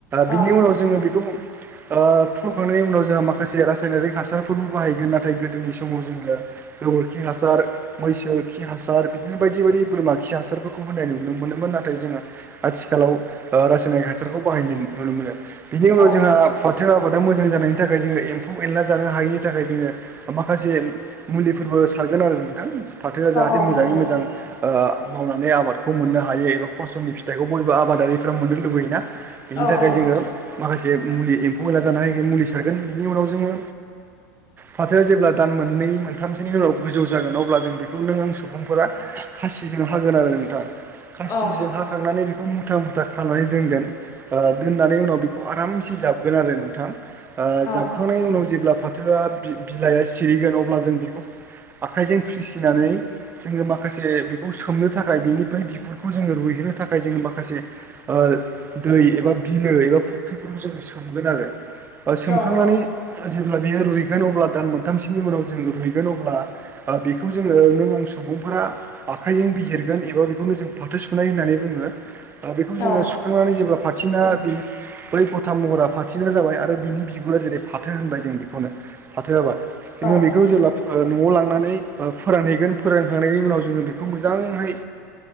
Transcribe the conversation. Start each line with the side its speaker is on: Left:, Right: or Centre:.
Right: बिनि
Left: औ
Right: उनाव जोङो बेखौ ओ- फुखांनायनि उनाव जोंहा माखासे रासायनारिक हासारफोरबो बाहायगोन नाथाय गोदोनि समाव जोङो गोबोरखि हासार मैसो खि हासार बिदिनो बायदि बायदि बोरमा खि हासारफोरखौ होनाय नुनो मोनो नाथाय जोङो आथिखालाव रा सारखौ बाहायनाय नुनो मोनो बेनि उनाव
Left: औ
Right: जोंहा फाथो आबादा मोजां जानायनि थाखाय जोङो एम्फौ एनला जानो हायैनि थाखाय जोङो माखासे मुलिफोरबो ओ- सारगोन आरो नोंथां फाथोआ जाहाथे
Left: औ
Right: मोजाङै
Left: नंगौ
Right: मोजां ओ- मावनानै आबादखौ मोननो हायो एबा फसलनि फिथाइखौ बयबो आबादारिफ्रा मोननो लुबैयोना बिनि
Left: औ
Right: थाखाय
Left: औ
Right: जोङो माखासे मुलि एम्फौ मैला जानाय मुलि सारगोन बिनि उनाव जोङो फाथोआ जेब्ला दान मोननै मोनथामसोनि उनाव गोजौ जागोन अब्ला जों बेखौ नों आं सुबुंफोरा खासिजों हागोन आरो नोंथां
Left: औ
Right: खासिजों हाखांनानै बेखौ मुथा मुथा खालामनानै दोनगोन ओ- दोननानै उनाव बेखौ आरामसे जाबगोन आरो नोंथां ओ-
Left: औ
Right: जाबखांनायनि उनाव जेब्ला फाथोआ बि- बिलाइआ सिरिगोन अब्ला जों बेखौ आखाइजों फ्रिसिनानै जोङो माखासे बेखौ सोमनो थाखाय बिनि बै बिगुरखौ जोङो रुइयो थाखाय जोङो माखासे ओ- दै एबा बिलो एबा फुख्रिफोरखौ जों सोमगोन आरो बा सोमखांनानै
Left: औ औ
Right: जेब्ला बेयो रुइगोन अब्ला दान मोनथामसोनि उनाव जों रुइगोन अब्ला बेखौ जोङो नों आं स सुबुंफोरा आखाइजों बिजहिरगोन एबा बेखौनो जों फाथो सुनाय होननानै बुङो ओ बेखौ
Left: औ
Right: जोङो सुखांनानै जेब्ला फारथिना बियो बै गथा महरा फाथथिना जाबाय आरो बिनि बिगुरा जेरै फाथो होनबाय जों बेखौनो फाथो जाबा जोङो
Left: औ
Right: बेखौ जेब्ला न'आव लांनानै फोरानहैगोन फोरानखांनायनि उनाव जोङो बेखौ मोजांहै